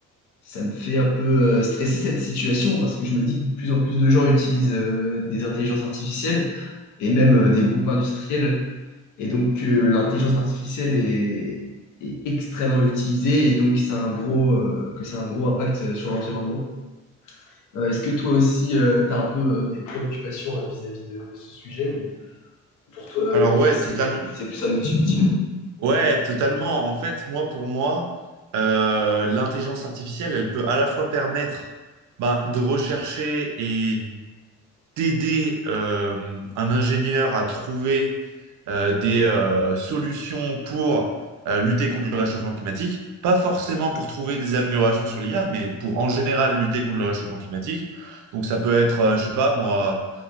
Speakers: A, on the left (about 80°); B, on the right (about 75°).
A: ça me fait un peu euh, stresser cette situation parce que je me dis que de plus en plus de gens utilisent euh, des intelligences artificielles et même euh, des groupes industriels et donc, euh, l'intelligence artificielle est, est extrêmement utilisée et donc ça a un gros, euh, que ça a un gros impact euh, sur l'environnement. Euh, est-ce que toi aussi, tu as un peu euh, des préoccupations euh, vis-à-vis de ce sujet ou pour toi, euh,
B: Alors
A: l'IA,
B: ouais,
A: c'est,
B: totalement.
A: c'est plus un outil utile?
B: Ouais, totalement. En fait, moi, pour moi, euh, l'intelligence artificielle, elle peut à la fois permettre ben, de rechercher et d'aider euh, un ingénieur à trouver euh, des euh, solutions pour euh, lutter contre le réchauffement climatique, pas forcément pour trouver des améliorations sur l'IA, mais pour en général lutter contre le réchauffement climatique. Donc ça peut être, euh, je sais pas moi,